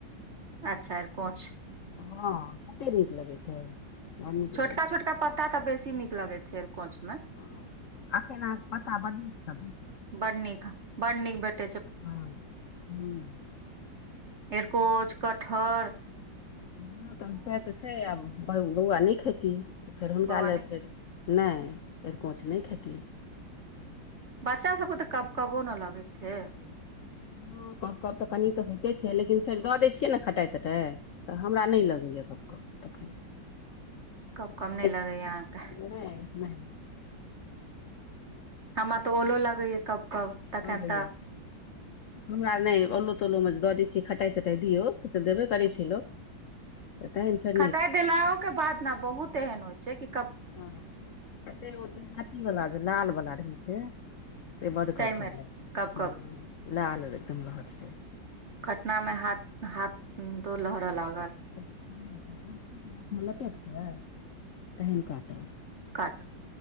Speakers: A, on the right (about 55°); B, on the left (about 70°).
A: अच्छा अरकोच
B: हॅं कतेक नीक लगैय छै बड़ नीक
A: छोटका
B: लगै छै
A: छोटका पत्ता तऽ बेसी नीक लगैत छैय एरकोच में
B: हँ आखेना अहाँ के पता बड नीक लगत
A: बड नीक बड नीक भेटै
B: ह हूँ
A: एरकोच कठहर
B: हँ तहन से तऽ छै आब बौआ नहि खेती तऽ फेर हुनका
A: बौआ
B: लग
A: नहि खा
B: नय अरकोच नय खेती
A: बच्चा सबके तऽ कब कबो नै लगै छै
B: हँ कब कब तऽ कनि तऽ होइते छै लेकिन फेर दऽ दै छियै ने खटाइ तटाइ तऽ हमरा नई लगैए कब कब तखेन
A: कबकब नहि
B: नीक
A: लगैया
B: बात
A: अहाँके
B: नई नई
A: हमरा तऽ ओलो लगैय कब कब तखन
B: लगैया
A: तऽ
B: हमरा नई ओलो तोलो मे जे दऽ दै छियै खटाइ तटाइ दियौ से तऽ देबे करै छै लोक <unintelligible>
A: खटाइ देलाहओ के बाद ने बहुत एहन होइ छै कि क
B: हँ हँ से वो देहातीवला जे लाल बला रहै छै से बड
A: ताहिमे
B: कब कब होई छै
A: कब
B: लाल एकदम रहत जे
A: कटना में हाथ हाथ तो लहरऽ लागल
B: <inaudible> लपैट देबैय पहिलका तऽ
A: काट